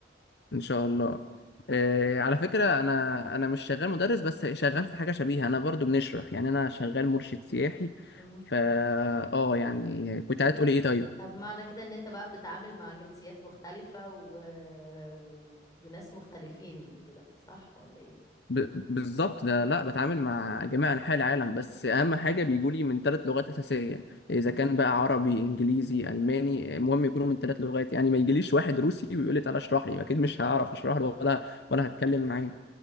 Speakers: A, on the left; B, on the left.
A: ان شاء الله آه، على فكره انا انا مش شغال مدرس بس شغال في حاجه شبيهه انا برضو بنشرح يعني انا شغال مرشد سياحي
B: طيب.
A: فا اه يعني كنت عايز تقولي ايه طيب
B: طب معنى كده ان انت بقى بتتعامل مع جنسيات مختلفة و... و... وناس مختلفين وكده صح ولا ايه
A: ب... بالظبط ده لا بتعامل مع جميع انحاء العالم بس اهم حاجه بيجولي من ثلاث لغات اساسيه اذا
B: مم.
A: كان بقى عربي انجليزي الماني المهم يكونوا من ثلاث لغات يعني ما يجيليش واحد روسي ويقول لي تعالى اشرح لي اكيد مش هعرف اشرح له ولا ولا هتكلم معاه